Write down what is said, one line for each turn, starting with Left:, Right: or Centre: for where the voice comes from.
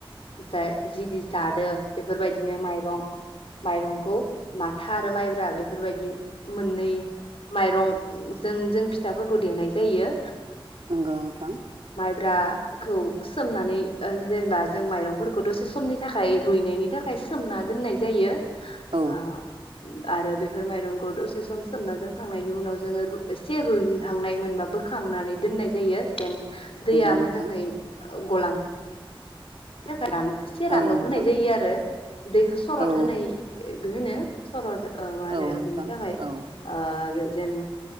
Left: जा जिदि जादों बेफोरबायदिनो माइरं माइरंखौ माथा आरो माइब्रा बेफोरबायदि मोननै माइरंजों जों फिथाफोरखौ देनाय जायो।
Right: नंगौ नोंथां
Left: ब्राखौ सोमनानै ओ जेनेबा जों माइरंफोरखौ दसे समनि थाखाय रुइनायनि थाखाय सोमना दोननाय जायो
Right: औ
Left: ओ आरो बेफोर माइरंखौ दसे सम सोमना दोनखांनायनि उनाव जोङो एसे रुइहांनाय मोनबा बोखांनानै दोननाय जायो जेन
Right: नंगौ
Left: दैया
Right: नोंथां
Left: मोजाङै गला बिनि थाखाय एसे रानदब
Right: औ नोंथां
Left: होनाय जायो आरो दैखौ सरद
Right: औ
Left: होनाय होनो सरद ओ मा होनो
Right: औ नोंथां
Left: बिनि थाखाय
Right: औ
Left: आरो जेन